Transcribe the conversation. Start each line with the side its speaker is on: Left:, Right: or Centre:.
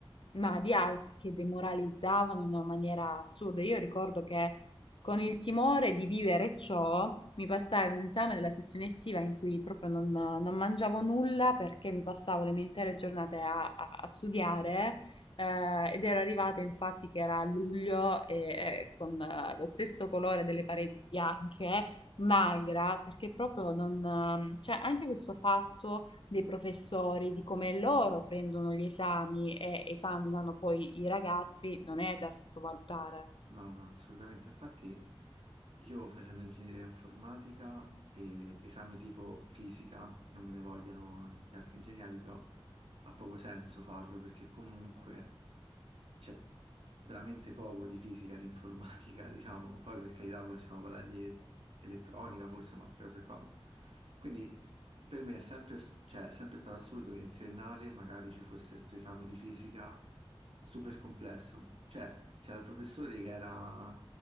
Left: ma di altri che demoralizzavano in una maniera assurda. Io ricordo che con il timore di vivere ciò, mi passai un esame della sessione estiva in cui proprio non, non mangiavo nulla perché mi passavo le mie intere giornate a, a- a studiare. eh, ed ero arrivata infatti che era a luglio e eh, con eh, lo stesso colore delle pareti bianche, magra, perché proprio non, ehm, cioè anche questo fatto dei professori, di come loro prendono gli esami e esaminano poi i ragazzi, non è da sottovalutare.
Right: No, no, assolutamente. Infatti io facendo ingegneria informatica e esami tipo fisica, non me ne vogliano gli altri ingegneri, però ha poco senso farlo perché comunque c'è veramente poco di fisica in informatica, <laughs> diciamo. Poi per carità possiamo parlare di el- elettronica forse, ma queste cose qua. ma- Quindi per me è sempre, ass- cioè, è sempre stato assurdo che in triennale magari ci fosse questo esame di fisica super complesso. Cioè, c'era il professore che era